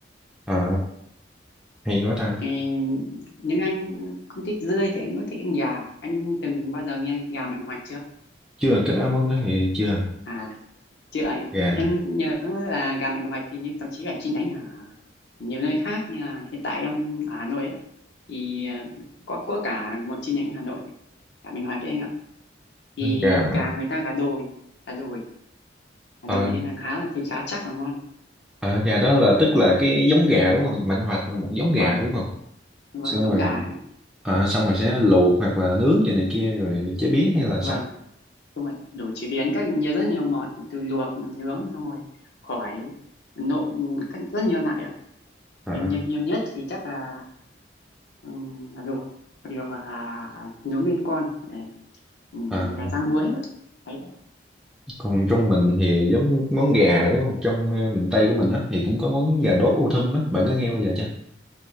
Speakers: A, in the centre; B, on the left (about 65°).
A: à, hay quá ta
B: Ờ, nhưng anh không thích dươi thì anh có thích anh gà anh từng bao giờ nghe anh gà Mạnh Hoạch chưa
A: chưa cái đó món đó thì chưa
B: à chưa anh ạ
A: gà
B: em nhớ là gà Mạnh Hoạch thì như thậm chí là chi nhánh ở nhiều nơi khác như là hiện tại em ở Hà Nội ấy, thì ờ, có có cả một chi nhánh ở Hà Nội gà Mạnh Hoạch ấy anh ạ thì
A: gà mạnh
B: gà người ta gà đồi gà đồi gà
A: ờ
B: đồi nên là khá thì khá chắc và ngon
A: ờ, gà đó là tức là cái giống gà đúng không mạnh hoạch là một giống
B: vâng
A: gà đúng không
B: vâng
A: xong
B: giống
A: rồi
B: gà anh ạ
A: ờ, xong rồi sẽ luộc hoặc là nướng gì này kia rồi chế biến hay là
B: vâng
A: sao
B: đúng rồi đủ chế biến các nhiều rất nhiều món từ luộc mà nướng xong rồi khỏi nộm các rất nhiều loại ạ
A: à,
B: nhưng nhiều, nhiều nhất thì chắc là, ừm, là luộc còn điều là, là nướng nguyên con um,
A: à,
B: gà rang muối Đấy,
A: còn trong mình thì giống món gà đúng không trong ờ, miền Tây của mình đó thì cũng có món gà đốt ô thum á bạn có nghe bao giờ chưa